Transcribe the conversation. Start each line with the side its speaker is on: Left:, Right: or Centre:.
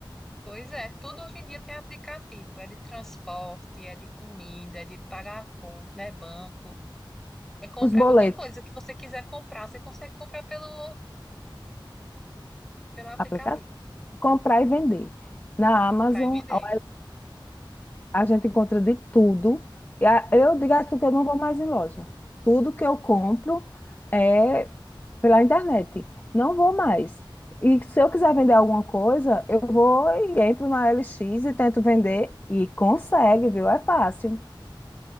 Centre: Pois é, tudo hoje em dia tem aplicativo, é de transporte, é de comida, é de pagar a conta, é banco, é comprar
Left: Os boletos,
Centre: qualquer coisa que você quiser comprar, você consegue comprar pelo, pelo aplicativo,
Left: aplicativo. Comprar e vender. Na Amazon,
Centre: comprar e vender
Left: a a gente encontra de tudo. E a- eu digo a tu que eu não vou mais em loja. Tudo que eu compro é pela internet. Não vou mais. E se eu quiser vender alguma coisa, eu vou e entro na LX e tento vender. E consegue, viu? É fácil.